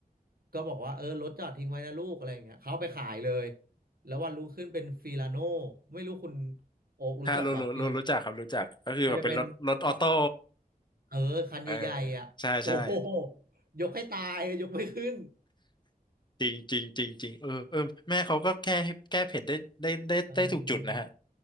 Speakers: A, on the right; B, on the left.
A: ก็บอกว่าเออรถจอดทิ้งไว้นะลูกอะไรอย่างเงี้ยเขาเอาไปขายเลยแล้ววันรุ่งขึ้นเป็นฟิลาโน่ไม่รู้คุณโอ๊กรู้จักป่ะฟิลาโน่
B: ครับรู้รู้รู้รู้จักครับรู้จักก็คือแบบเป็นรถรถออโต้
A: มันจะเป็นจะเออคันใหญ่ๆอ่ะโอ้โห
B: เออใช่ใช่
A: ยกให้ตายยกไม่ขึ้น
B: จริงจริงจริงจริงเออเออแม่เขาก็แก้แก้เผ็ดได้ได้ได้ได้ถูกจุดนะฮะ
A: เออ